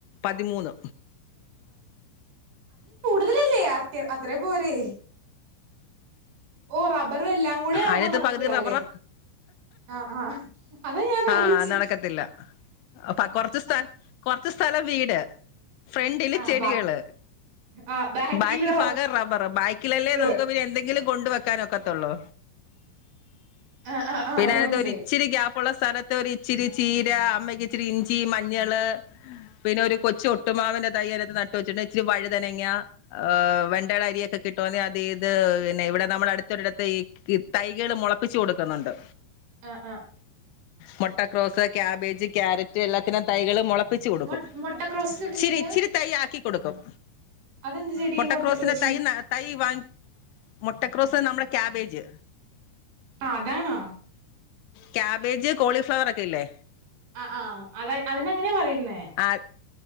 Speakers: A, on the left; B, on the right.
A: പതിമൂന്ന്
B: <unintelligible> ലില്ലേ അത്യ അത്രേം പോരെ ഓ റബ്ബറ് എല്ലാം കൂടെ ആവുമ്പോ
A: അതിനകത്ത്
B: നടക്കൂലാല്ലേ
A: പകുതി റബ്ബറാ
B: ആ ആ അതാ ഞാൻ ആലോയിച്ച്
A: ആ നടക്കത്തില്ല അപ്പ
B: ആ
A: കൊറച്ച് സ്ഥ കൊറച്ച് സ്ഥലം വീട് ഫ്രണ്ടില്
B: ആഹ്
A: ചെടികള്
B: ബാ ആഹ് ബാക്കില്
A: ബാക്കി ഫാഗം റബ്ബറ് ബാക്കിലല്ലേ
B: റബ്ബർ
A: നമുക്ക് പിന്നെ എന്തെങ്കിലും കൊണ്ടുവെക്കാനൊക്കത്തുള്ളൂ
B: ആഹ് ആഹ് ആഹ്
A: പിന്നെ
B: ഇപ്പ
A: അയ്നാത്ത്
B: മനസ്സിലായി
A: ഒരിച്ചിരി ഗാപ് ഇപ്പുള്ള സ്ഥലത്ത് ഒരു ഇച്ചിരി ചീര അമ്മക്ക് ഇച്ചിരി ഇഞ്ചി മഞ്ഞള് പിന്നെ ഒരു കൊച്ചു ഒട്ടുമാവിന്റെ തൈ അയിനകത്ത് നട്ട് വെച്ച് <unintelligible> ഇച്ചിരി വഴുതനങ്ങ ഏഹ് വെണ്ടേടെ അരിയൊക്കെ കിട്ടും അതിനാത്ത് ഇത് പിന്നെ ഇവിടെ നമ്മടെ അടുത്തൊരിടത്ത് ഈ ഈ തൈകള് മൊളപ്പിച്ചു കൊടുക്കുന്നുണ്ട്
B: ആ
A: മൊട്ട ക്രോസ് ക്യാബേജ് കാരറ്റ് എല്ലാത്തിനും തൈകള് മൊള പ്പിച്ചു കൊടുക്കും
B: മൊ മൊട്ടക്രോസ് തൊട്ട്
A: ഇച്ചിരി
B: ചെടിയാ
A: ഇച്ചിരി തൈ ആക്കി കൊടുക്കും
B: അതെന്ത് ചെടിയാ
A: മൊട്ടക്രോസിന്റെ
B: ഈ മൊട്ടക്രോസ്
A: തൈ <unintelligible> തൈ വാങ്ങി മൊ മൊട്ടക്രോസ് നമ്മടെ ക്യാബേജ്
B: ആ അതാണോ
A: ക്യാബേജ് കോളിഫ്ലവർ ഒക്കെ ഇല്ലേ
B: ആ ആഹ് അത അതിനങ്ങനെയാ പറയുന്നേ
A: ആ